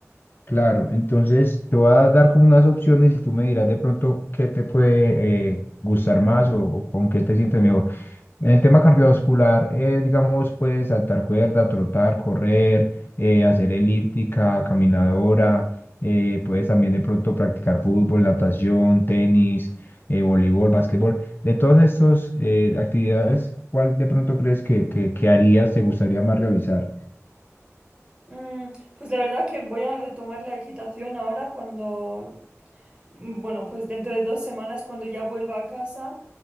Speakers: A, on the left (about 40°); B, on the right (about 20°).
A: Claro, entonces te voy a dar como unas opciones y tú me dirás de pronto qué te puede eh, gustar más o, o con qué te sientes mejor. En el tema cardiovascular, eh, digamos, puedes saltar cuerda, trotar, correr, eh, hacer elíptica, caminadora, eh, puedes también de pronto practicar fútbol, natación, tenis, eh, voleibol, básquetbol. De todas estas actividades, ¿cuál de pronto crees que, que, que harías, te gustaría más realizar?
B: Mm, pues la verdad que voy a retomar la equitación ahora cuando Bueno, pues dentro de dos semanas cuando ya vuelva a casa